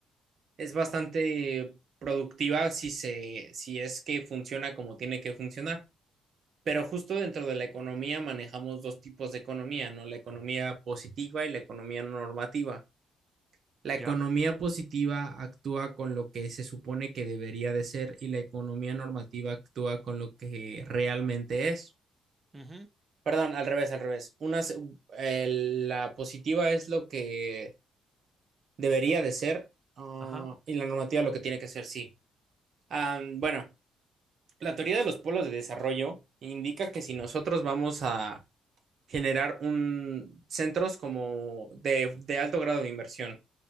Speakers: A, on the right (about 60°); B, on the right (about 25°).
A: es bastante productiva si se, si es que funciona como tiene que funcionar. Pero justo dentro de la economía manejamos dos tipos de economía, ¿no? La economía positiva y la economía normativa. La
B: ¿Ya?
A: economía positiva actúa con lo que se supone que debería de ser y la economía normativa actúa con lo que realmente es.
B: Ujú,
A: Perdón, al revés, al revés. Una, eh, la positiva es lo que debería de ser uh,
B: Ajá,
A: y la normativa lo que tiene que ser, sí. Um, bueno, La teoría de los polos de desarrollo indica que si nosotros vamos a generar un centros como de, de alto grado de inversión,